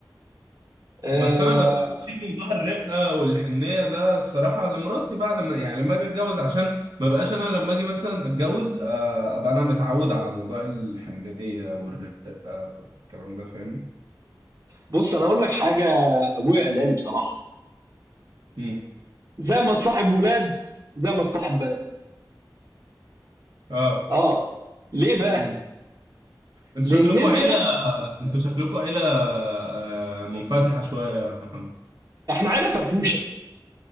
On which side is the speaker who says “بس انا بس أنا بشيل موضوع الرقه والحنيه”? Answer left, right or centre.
Right